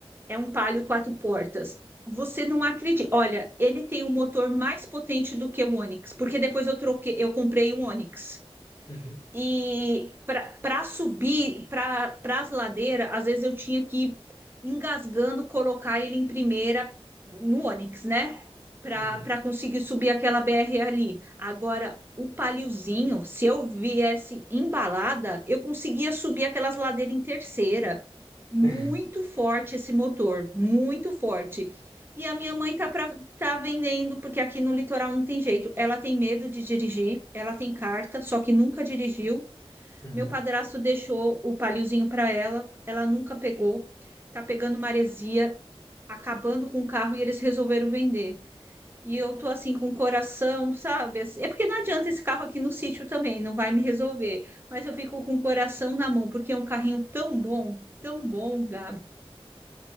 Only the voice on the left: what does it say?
Uhum.
Uhum.
<laughs>
Uhum.